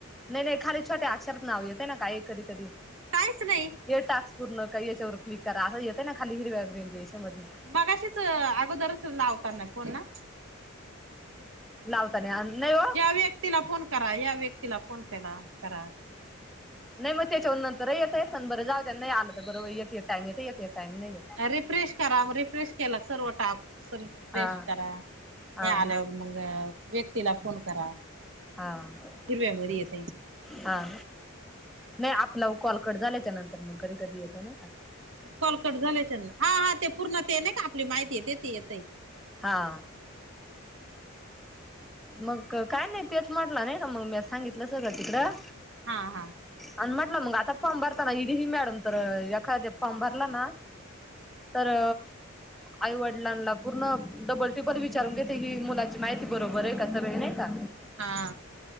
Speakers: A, in the centre; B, on the right.
A: नाही-नाही खाली छोट्या अक्षरात नाव येते ना काही कधी-कधी.
B: काहीच नाही.
A: हे टास्क पूर्ण काय याच्यावर क्लिक करा असं येतय ना खाली हिरव्या ग्रीन रेषा मध्ये.
B: मगाशीच अगोदरच लावताना फोन ना.
A: लावताना अन नाही
B: या व्यक्तीला फोन करा, या व्यक्तीला फोन केला करा.
A: नाही मग त्याच्यावर नंतरही येतय सन बरं जाऊ दे नाही आलं तर बर एक एक टाईम येते एक एक टाईम नाहीे येत.
B: रिफ्रेश करा, रिफ्रेश केला सरवटा रिफ्रेश
A: हा
B: करा.
A: हा
B: हे आल्यावर
A: ना
B: मग व्यक्तीला फोन करा.
A: हां.
B: हिरव्या मध्ये येतय.
A: हा, नाही आपलं कॉलकट झाल्याच्या नंतर मग कधी-कधी येतय नाही का.
B: हा हा ते पूर्ण ते नाही का आपली माहिती येते ते येतय.
A: हा. मग काय नाही तेच म्हटलं नाही का मग मी सांगितलं सगळं तिकडं.
B: हा हा.
A: आणि म्हटलं मग आता फॉर्म भरता ना हदी ही मॅडम तर एखाद्या फॉर्म भरला ना तर. आईवडिलांना पूर्ण डबल टिब्बल विचारून घेते ही मुलाची माहिती बरोबर आहे का सगळे नाही का.
B: हा.